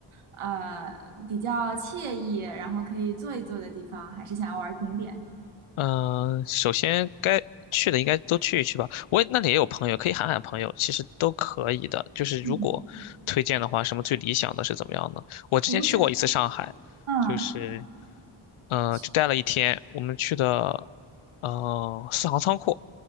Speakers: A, on the right; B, on the left.
A: 呃，比较惬意，然后可以坐一坐的地方，还是想要玩景点？
B: 嗯、首先该去的应该都去一去吧。我也那里也有朋友，可以喊喊朋友，其实都可以的。就是如果推荐的话，
A: 嗯，
B: 什么最理想的是怎么样呢？我之前去过一次上海，
A: 如果嗯，
B: 就是嗯、
A: 去
B: 呃就待了一天。我们去的嗯、呃四行仓库。